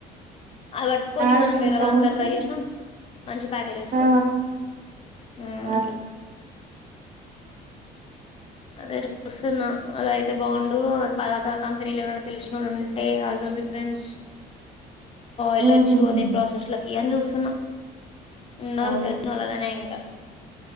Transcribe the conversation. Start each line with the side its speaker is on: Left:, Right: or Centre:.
Left: అది పట్టుకొని
Right: ఆ
Left: మనం
Right: కొంచెం
Left: వేరే దాంట్లో
Right: ఉంటే
Left: ట్రై చేసినాం మంచి ప్యాకేజ్ వస్తుంది
Right: ఆ
Left: హం
Right: అదే
Left: అట్లా. అదే చేస్తూన్న అద అే బాగుండు తర్వాత కంపెనీలో ఎవరైనా తెలుసుినళ్ళుం తేవెళ్తూనేడి ఫరెండ్స్ ఎయిల
Right: ఉమ్
Left: చు అదే ప్రోసెస్లలో చేన్ చూసన్నా ఉన్నరు
Right: అవును
Left: తెలిసినోళ్ గానే ఇంకా